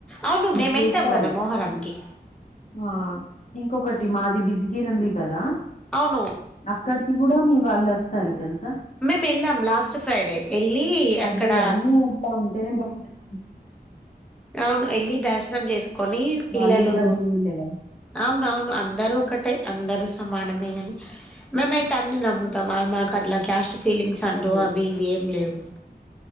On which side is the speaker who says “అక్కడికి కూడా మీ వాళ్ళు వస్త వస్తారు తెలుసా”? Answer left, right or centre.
Left